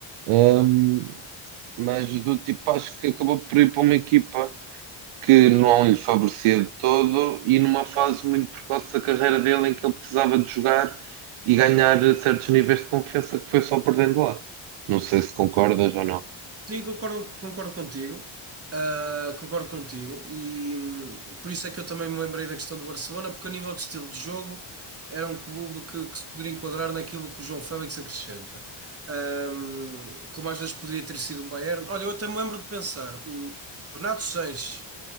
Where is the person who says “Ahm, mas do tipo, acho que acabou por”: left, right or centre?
Right